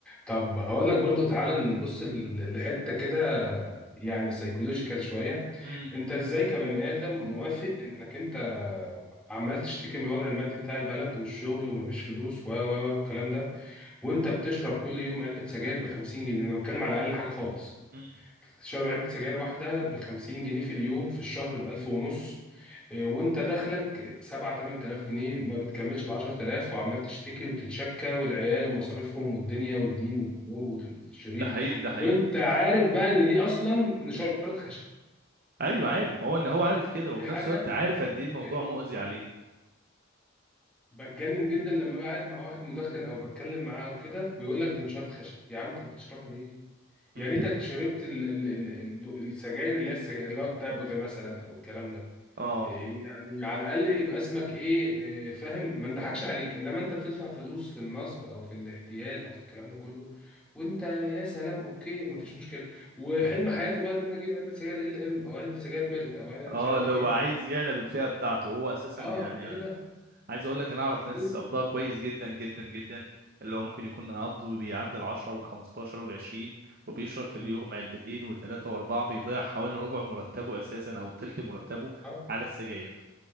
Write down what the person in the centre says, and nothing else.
طب هقول لك برضو تعالى نبص ل- لحتة كده يعني سيكولوجيكال شوية
انت ازاي كبني آدم موافق انك انت عمال تشتكي من الوضع المادي بتاع البلد والشغل ومفيش فلوس و و و الكلام ده وانت بتشرب كل يوم علبة سجاير ب 50 جنيه انا بتكلم على اقل حاجة خالص
تشرب علبة سجاير واحدة بخمسين جنيه في اليوم في الشهر بألف ونص إيه، وانت دخلك سبعة تمن تلاف جنيه ما بتكملش العشر تلاف وعمال تشتكي وتتشكى والعيال ومصاريفهم والدنيا والدين والأمور والشريط
وانت عارف بقى ان دي أصلا نشارة خشب
دي حاجة
بتجنن
بتجنن جدا لما بقعد مع واحد مدخن أو بتكلم معاه وكده ويقول لك دي نشارة خشب يا عم طب بتشربها ليه؟
يا ريتك شربت ال ال ال ال السجاير اللي هي السجاير اللي هو التبغ مثلا أو الكلام ده
إيه يعني على الاقل يبقى اسمك ايه إيه، فاهم ما نضحكش عليك انما انت بتدفع فلوس في النصب او في الاحتيال او في الكلام ده كله وانت يا سلام اوكي ما فيش مشكله وحلم حياته بقى ان انا اجيب علبه سجاير ال ام او علبه سجاير ميرت او علبة
مش عارف
ايه
اه
ايه ده
إيه؟
م،
اه